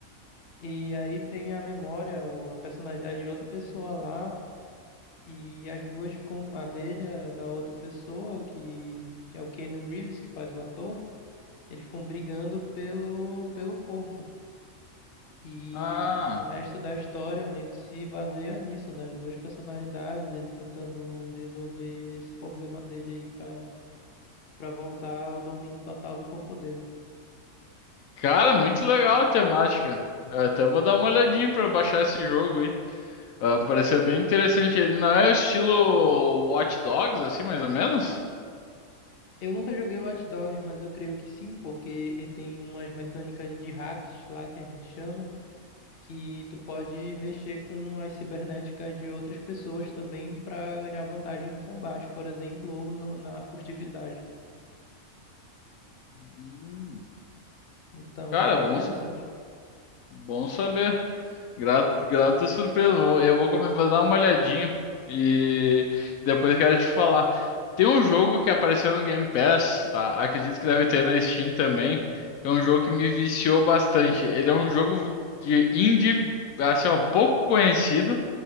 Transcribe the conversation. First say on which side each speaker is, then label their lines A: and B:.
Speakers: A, on the left (about 50°); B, on the left (about 75°).
A: E aí tem a memória ou a personalidade de outra pessoa lá. E as duas ficam, a dele, e a da outra pessoa, que, que é o Keanu Reeves, que faz o ator, eles ficam brigando pelo, pelo corpo. E
B: Ah,
A: o resto da história meio que se baseia nisso, né? As duas personalidades, ele tentando resolver esse problema dele aí pra pra voltar ao domínio total do corpo dele.
B: cara, muito legal a temática. Eu até vou dar uma olhadinha pra baixar esse jogo aí. Ah, pareceu bem interessante. Ele não é o estilo Watch Dogs, assim, mais ou menos?
A: Eu nunca joguei Watch Dogs, mas eu creio que sim, porque eh, tem umas mecânicas de hacks lá que a gente chama, que tu pode mexer com as cibernéticas de outras pessoas também pra ganhar vantagem em combate, por exemplo, ou no- na furtividade.
B: Hum.
A: Então
B: Cara,
A: é bem
B: bom
A: interessante.
B: Bom saber. Grata, grata surpresa. Vou- Eu vou, come- vou dar uma olhadinha e depois quero te falar. Tem um jogo que apareceu no Game Pass, tá? Acredito que deve ter na Steam também. É um jogo que me viciou bastante. Ele é um jogo de indie, assim, ó, pouco conhecido.